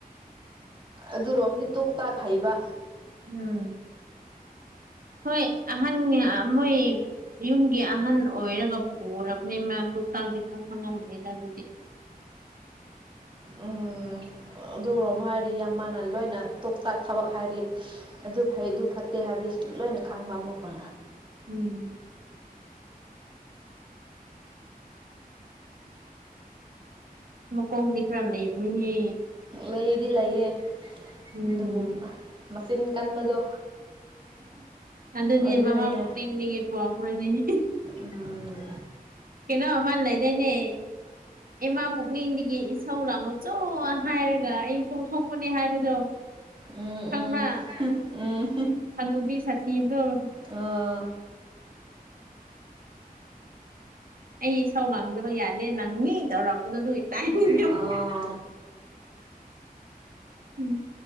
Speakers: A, on the right; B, on the right.
A: ꯑꯗꯨꯔꯣꯝꯗꯤ ꯇꯣꯛ ꯇꯥꯛ ꯍꯩꯕ
B: ꯎꯝ ꯍꯣꯏ ꯑꯍꯥꯟꯅꯌꯥ ꯑ ꯃꯣꯏ ꯌꯨꯝꯒꯤ ꯑꯍꯟ ꯑꯣꯏꯔꯒ ꯄꯨꯔꯕꯅꯤ ꯃꯥ ꯇꯣꯛꯇꯥꯛꯇꯤ ꯈꯔ ꯈꯪꯉꯝꯒꯅꯤꯗ ꯑꯗꯨꯗꯤ
A: ꯎꯝ ꯑꯗꯨꯔꯣꯝ ꯍꯥꯏꯔꯤ ꯌꯥꯝ ꯃꯥꯅ ꯂꯣꯏꯅ ꯇꯣꯛꯇꯥꯛ ꯊꯕꯛ ꯍꯥꯏꯔꯤ ꯑꯗꯨ ꯐꯩ ꯑꯗꯨ ꯐꯠꯇꯦ ꯍꯥꯏꯕꯗꯤꯁꯦ ꯂꯣꯏꯅ ꯈꯪꯕ ꯑꯃꯨꯛꯀ
B: ꯎꯝ ꯃꯥꯀꯣꯡꯗꯤ ꯈꯔ ꯂꯩꯕꯅꯤꯅꯦ
A: ꯂꯩꯗꯤ ꯂꯩꯌꯦ
B: ꯎꯝ
A: ꯑꯗꯨꯕꯨ ꯃꯆꯤꯟ ꯀꯟꯕꯗꯣ
B: ꯑꯗꯨꯗꯤ
A: ꯑꯗꯨꯅꯤꯅꯦ
B: ꯃꯃꯥ ꯄꯣꯛꯅꯤꯡꯗꯒꯤ ꯄꯣꯔꯛꯄꯩꯅꯦꯍꯦ
A: ꯎꯝ
B: ꯀꯩꯅꯣ ꯑꯃꯥ ꯂꯩꯗꯥꯏꯅꯦ ꯏꯃꯥ ꯄꯨꯛꯅꯤꯡꯗꯒꯤ ꯏꯁꯧ ꯂꯥꯡꯉꯧ ꯆꯣ ꯍꯥꯏꯔꯒ ꯑꯩ ꯄꯣꯛꯊꯣꯛꯄꯅꯦ ꯍꯥꯏꯕꯗꯣ
A: ꯎꯝ ꯎꯝ
B: ꯈꯪꯕ꯭ꯔꯥ
A: ꯎꯝ
B: ꯍꯅꯨꯕꯤ ꯁꯊꯤꯕꯗꯣ
A: ꯑꯥ
B: ꯑꯩ ꯏꯁꯧ ꯂꯥꯡꯗꯕ ꯌꯥꯗꯦ ꯂꯪꯅꯤ ꯇꯧꯔꯛꯄꯗꯣ ꯑꯗꯨꯒꯤ ꯇꯥꯏꯞꯅꯤ
A: ꯇꯥꯏꯞꯇ
B: ꯎꯝ